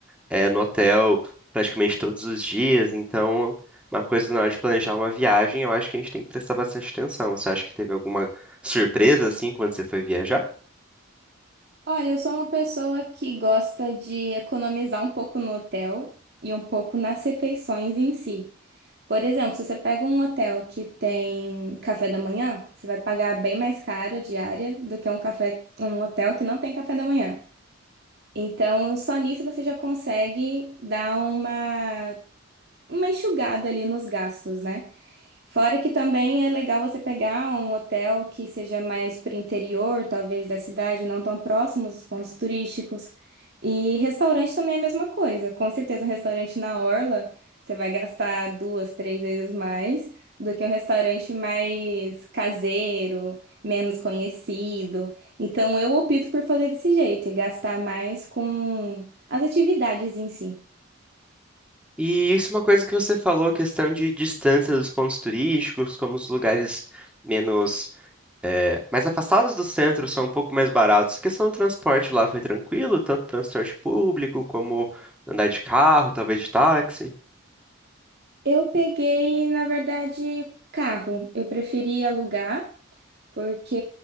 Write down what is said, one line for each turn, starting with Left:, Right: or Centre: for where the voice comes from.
Centre: eh, no hotel praticamente todos os dias. Então, uma coisa na hora de planejar uma viagem, eu acho que a gente tem que prestar bastante atenção. Você acha que teve alguma surpresa, assim, quando você foi viajar?
Right: Olha, eu sou uma pessoa que gosta de economizar um pouco no hotel e um pouco nas refeições em si. Por exemplo, se você pega um hotel que tem café da manhã, você vai pagar bem mais caro a diária do que um café, um hotel que não tem café da manhã. Então, só nisso você já consegue dar uma, uma enxugada ali nos gastos, né? Fora que também é legal você pegar um hotel que seja mais para o interior, talvez da cidade, não tão próximos dos pontos turísticos. E restaurante também é a mesma coisa. Com certeza, um restaurante na orla, você vai gastar duas, três vezes mais do que um restaurante mais caseiro, menos conhecido. Então, eu opto por fazer desse jeito e gastar mais com as atividades em si.
Centre: E isso é uma coisa que você falou, questão de distância dos pontos turísticos, como os lugares menos, eh, mais afastados do centro são um pouco mais baratos. A questão do transporte lá foi tranquilo, tanto transporte público como andar de carro, talvez de táxi.
Right: Eu peguei, na verdade, carro. Eu preferi alugar. porque